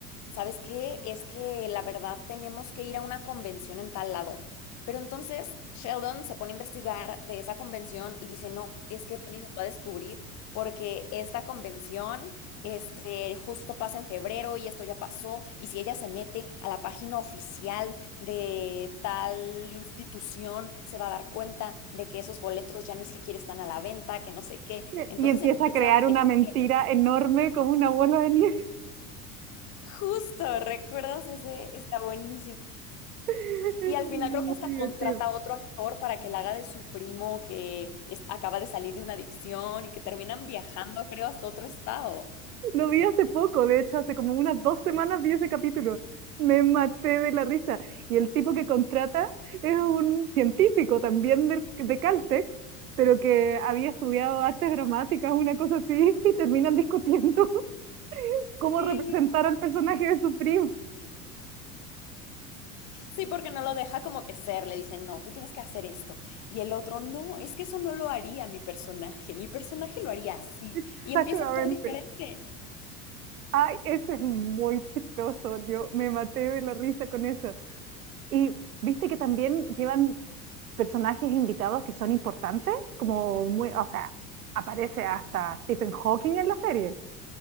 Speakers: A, on the left; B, on the right.
A: ¿sabes qué? Es que la verdad tenemos que ir a una convención en tal lado. Pero entonces Sheldon se pone a investigar de esa convención y dice, no, es que Penny nos va a descubrir porque esta convención este, justo pasa en febrero y esto ya pasó. Y si ella se mete a la página oficial de tal institución se va a dar cuenta de que esos boletos ya ni siquiera están a la venta, que no sé qué.
B: <laughs>
A: Entonces
B: Y empieza
A: empieza
B: a crear
A: a tejer.
B: una mentira enorme como una bola de nieve.
A: Justo, ¿recuerdas ese? Está buenísimo.
B: <laughs> Es
A: Y al final
B: muy
A: creo que hasta
B: divertido.
A: contrata a otro actor para que la haga de su primo que es- acaba de salir de una adicción y que terminan viajando, creo, hasta otro estado.
B: Lo vi hace poco, de hecho, hace como unas dos semanas vi ese capítulo. Me maté de la risa. Y el tipo que contrata es un científico también de, de Caltech, pero que había estudiado artes dramáticas, una cosa así, <laughs> y terminan discutiendo <laughs> cómo
A: Sí.
B: representar al personaje de su primo.
A: Sí, porque no lo deja como que ser, le dice, no, tú tienes que hacer esto. Y el otro, no, es que eso no lo haría mi personaje, mi personaje lo haría así.
B: Exactamente.
A: Y empieza a actuar diferente.
B: Ay, ese es muy chistoso. Yo me maté de la risa con eso. Y viste que también llevan personajes invitados que son importantes, como muy, o sea, aparece hasta Stephen Hawking en la serie.